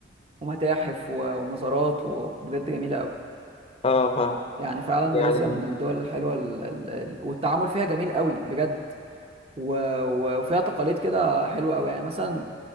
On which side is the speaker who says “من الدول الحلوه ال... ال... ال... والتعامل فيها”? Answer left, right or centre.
Right